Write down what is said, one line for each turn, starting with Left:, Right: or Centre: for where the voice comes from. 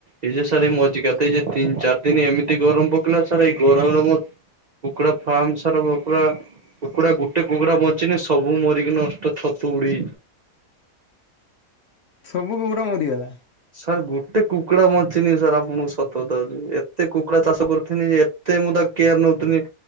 Right: ଏଇ ଯେ ସାର୍ ଏଇ ମଜିକାତେ ଏଇ ଯେ ତିନ୍ ଚାର୍ ଦିନ ଏମିତି ଗରମ ପକେଇଲା ସାର୍ ଏଇ ଗରମରେ ମୋ କୁକୁଡ଼ା ଫାର୍ମ୍ ସାର୍ ଓ ପୁରା କୁକୁଡ଼ା ଗୋଟେ କୁକୁଡ଼ା ବଞ୍ଚିନି ସବୁ ମରିକି ନଷ୍ଟ ଛତୁ ଉଡ଼ି
Left: ସବୁ କୁକୁଡ଼ା ମରିଗଲା।
Right: ସାର୍ ଗୋଟେ କୁକୁଡ଼ା ବଞ୍ଚିନି ସାର୍ ଆ ମୁଁ ସତ କଥା ଅଚି ଏତେ କୁ କୁଡ଼ା ଚାଷ କରୁଥିନି ଯେ ଏତେ ମୁଁ ତା କେୟାର ନଉଥୁନି